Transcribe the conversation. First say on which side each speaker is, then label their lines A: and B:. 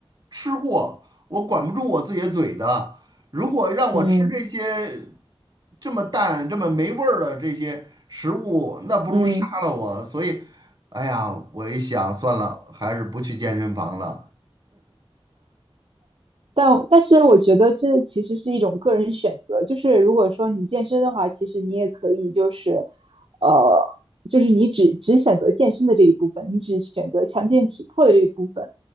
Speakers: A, on the right (about 45°); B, on the right (about 65°).
A: 吃货，我管不住我自己的嘴的。如果让我吃这些
B: 嗯。嗯嗯
A: 这么淡、这么没味儿的这些食物，那不如杀了我。
B: 嗯
A: 所以，哎呀，我一想，算了，还是不去健身房了。
B: 但但是我觉得这其实是一种个人选择，就是如果说你健身的话，其实你也可以就是，呃，就是你只只选择健身的这一部分，你只选择强健体魄的这一部分，